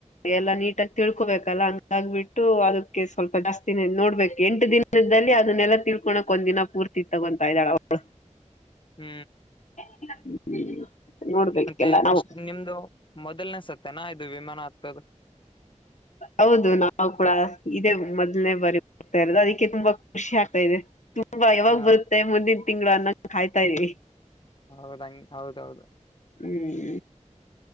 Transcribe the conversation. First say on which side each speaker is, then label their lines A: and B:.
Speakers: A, on the left (about 70°); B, on the left (about 40°).
A: ಎಲ್ಲಾ ನೀಟಾಗಿ ತಿಳ್ಕೊಬೇಕಲ್ಲ ಹಂಗಾಗ್ಬಿಟ್ಟು ಅದಕ್ಕೆ ಸ್ವಲ್ಪ ಜಾಸ್ತಿನ ನೋಡ್ಬೇಕು ಎಂಟು ದಿನದಲ್ಲಿ ಅದನ್ನೆಲ್ಲ ತಿಳ್ಕೊಳಕ್ ಒಂದ್ ದಿನ ಪೂರ್ತಿ ತಗೊತಾ ಇದ್ದಾಳ ಅವಳು
B: ಹ್ಮ್
A: <inaudible> ನೋಡ್ಬೇಕೆಲ್ಲ
B: ಮತ್ತ ಫಸ್ಟ್
A: ನಾವು
B: ನಿಮ್ದು ಮದ ಲ್ನೆ ಸತ್ತೇನಾ ಇದು ವಿಮಾನ ಆಗ್ತೋದು
A: ಹೌದು ನಾವು ಕೂಡ ಇದೇ ಮೊದ್ನೇ ಬಾರಿ ಹೋಗ್ತಾ ಇರೋದು ಅದಕ್ಕೆ ತುಂಬಾ ಖುಷಿ ಆಗ್ತಾ ಇದೆ ಯವಾಗ
B: ಹಾ
A: ಬರುತ್ತೆ ಮುಂದಿನ ತಿಂಗಳು ಅನ್ನಂಗ ಕಾಯ್ತಾ ಇದವಿ
B: ಹೌದಂಗ ಹೌದೌದು
A: ಹ್ಮ್